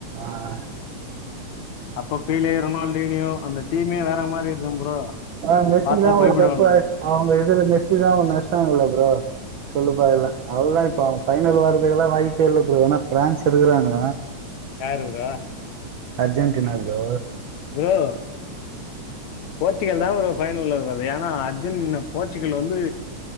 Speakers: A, on the right; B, on the left.
A: அ
B: அப்போ பிள்ள ரொனால்டோனியோ அந்த டீமே வேற மாதிரி இருக்கும் ப்ரோ
A: ஆ மெஸ்ஸிதா
B: பாத்தா பயப்படுவானுங்க
A: ஒரு கப்பு அவங்க இதுல மெஸ்ஸிதா அஷ்டாங்கல்ல ப்ரோ சொல்லு பா எல்லா அவளல்லாம் இப்ப பைனல் வருதுக்குல்லாம் வயிப்பே இல்ல ப்ரோ ஏன்னா பிரான்ஸ் இருக்கறாங்க
B: யாரு bro
A: Argentina bro
B: bro Portugal தா ப்ரோ ஃபயனள்ள வருது ஏன்னா அர்ஜுன் ன்ன போர்ச்சுக்கல் வந்து